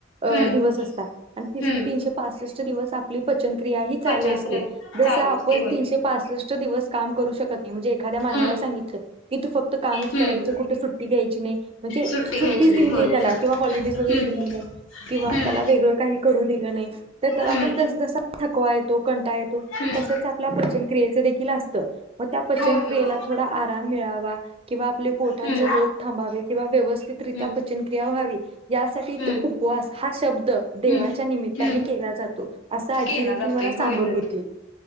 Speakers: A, on the right; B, on the left.
A: अ
B: हम्म
A: दिवस असतात आणि तीस
B: हम्म
A: तीनशे पासष्ट चे दिवस आपली पत चनक्रिया हि
B: पचनक्रिया
A: चालू असते. जस
B: चालू
A: आपण
B: असते होय
A: तीनशे पासष्ट दिवस काम करू शकत नाही म्हणजे एखाद्या मानवाला
B: हम्म
A: सांगितलं की तू फक्त कामचं
B: हम्म
A: करायचं कुठे सुट्टी घ्यायची नाही म्हणजे
B: सुट्टी
A: सु सुट्टीच
B: घ्यायची
A: दिली
B: होय
A: नाही त्याला किंवा हॉलिडेज वगैरे
B: हम्म
A: दिली नाही किंवा
B: हम्म
A: त्याला वेगळं काहि करू दिल नाही तर त्याला
B: हम्म
A: पण त जसा थकवा येतो कंट टाळ येतो,
B: हम्म
A: तसेच आपल्या पचनक्रियेचं देखील अस त. म त्या पचनक्रियेला
B: होय होय होय
A: थोडा आराम मिळावा किंवा आपले पोटाचे
B: हम्म
A: रोग थांबावे किंवा व्यवस्थितरित्या
B: हम्म
A: पचनक्रिया व्हावी यासाठी
B: हम्म
A: त उपवास हा शब्द देवाच्या
B: हम्म
A: निमित्ताने
B: हम्म
A: केला जातो असं आज्जी
B: केला
A: देखील
B: जातोय
A: मला सांगत
B: होय होय
A: होती.